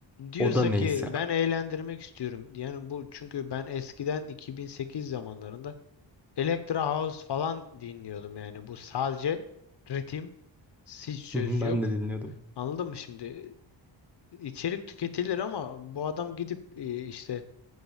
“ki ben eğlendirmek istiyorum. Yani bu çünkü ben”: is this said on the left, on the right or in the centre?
Left